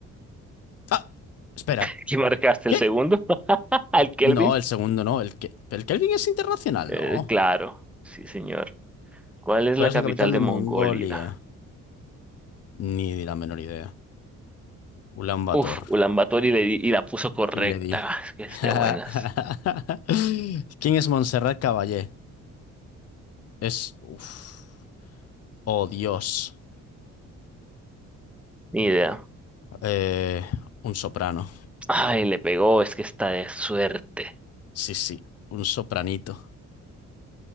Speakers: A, on the left; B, in the centre.
A: Ah, espera.
B: ¿Aquí marcaste
A: ¿Qué?
B: el segundo? <laughs> ¿Al Kelvin?
A: No, el segundo no. El, que, el Kelvin es internacional,
B: Eh,
A: no.
B: claro, sí, señor. ¿Cuál es
A: ¿Cuál
B: la
A: es
B: capital
A: la capital
B: de
A: de Mongolia?
B: Mongolia?
A: Ni la menor idea. Ulaanbaatar.
B: Uf, Ulaanbaatar y, le di- y la puso correcta.
A: Y le di.
B: Es que es
A: <laughs>
B: de buenas.
A: ¿Quién es Montserrat Caballé? Es... uf. Oh, Dios.
B: Ni idea.
A: Eh, un soprano.
B: Ay, le pegó, es que está de suerte.
A: Sí, sí, un sopranito.